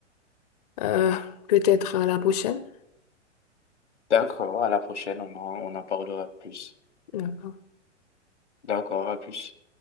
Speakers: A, on the left; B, on the left.
A: euh, peut-être à la prochaine.
B: D'accord, à la prochaine, on en, on en parlera plus.
A: d'accord
B: D'accord, à plus.